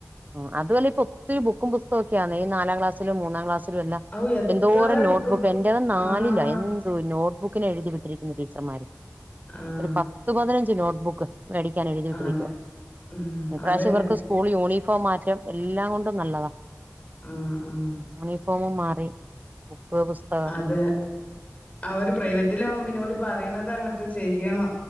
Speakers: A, on the right (about 30°); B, on the left (about 25°).
A: ഉ അതുവല്ല ഇപ്പ ഒത്തിരി ബുക്കും, പുസ്തക ഒക്കെയാണ് ഈ, നാലാംക്ലാസിലും, മൂന്നാം ക്ലാസില്.
B: ഔ എത്ര
A: എന്തോരം നോട്ട്ബുക്ക്
B: ബുക്ക്
A: എറത നാലി-
B: ആഹ്
A: നോട്ട്ബുക്കന് എഴുതി വിട്ടിരിക്കുന്ന- ടീച്ചർമാര്
B: ആഹ്
A: ഒരു പത്തു പതിനഞ്ച് നോട്ട്ബുക്ക്. മേടിക്കാൻ എഴുതി വിട്ടിരിക്കുവ,
B: അതെ ഉം
A: ഇപ്രാവശ്യം
B: അതന്നെ
A: ഇവർക്ക്- സ്കൂൾ യൂണിഫോം മാറ്റം എല്ലാം കൊണ്ടും നല്ലതാണ്.
B: ആഹ ആഹാ.
A: യൂണിഫോം മാറി ബുക്ക്. പുസ്തകം
B: അത് അവ ഒരു, പ്രൈവറ്റിലാവകുമ്പോ പിന്നെ, പോല പറയണത് അങ്ങോട്ട് ചെയ്യണം.